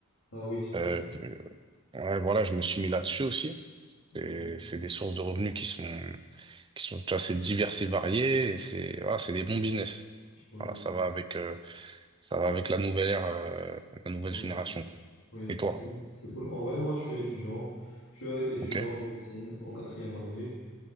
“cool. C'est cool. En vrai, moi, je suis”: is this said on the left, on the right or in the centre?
Left